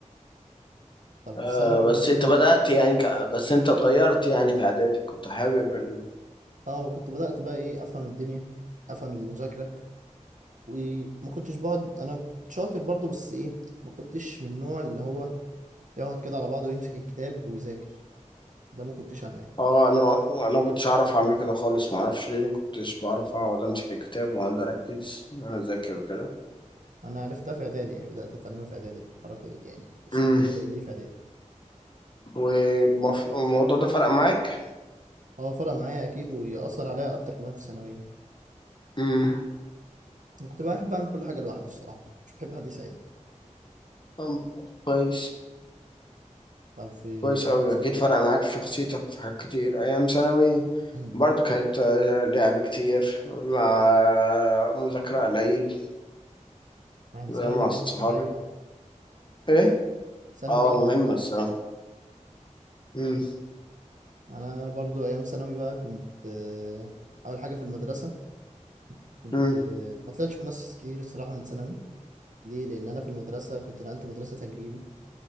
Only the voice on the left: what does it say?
آه
بس
انت
بدأت
يعني ك... بس انت اتغيرت يعني في اعدادي كنت حابب ال...
اه انا انا ما كنتش اعرف اعمل كده خالص ما اعرفش ليه ما كنتش بعرف اقعد امسك الكتاب واقعد اركز ان انا اذاكر وكده
امم
والموضوع ده فرق معاك
امم
طب كويس
كويس
قوي
اكيد فرق
معاك في شخصيتك وفي حاجات كتير ايام ثانوي
برضو كانت آه، لعب كتير مع مذاكرة قليل
مع
صحابي
ايه
اه
مهمة
الصراحة
مم.
مم.